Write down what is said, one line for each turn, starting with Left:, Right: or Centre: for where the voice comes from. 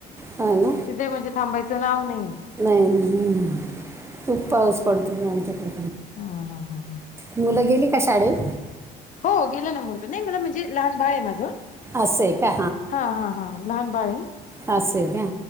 Right: हां ना
Left: इथे म्हणजे थांबायचं नाव नाही.
Right: नाही खूप पाऊस पडतो आमच्याकडे
Left: ह हा हा हा.
Right: मुलं गेली का शाळेत
Left: हो गेला ना मुलगा नाही मला म्हणजे लहान बाळ आहे माझं
Right: असं आहे का
Left: हा हां हां. लहान बाळ आहे.
Right: अस असे का?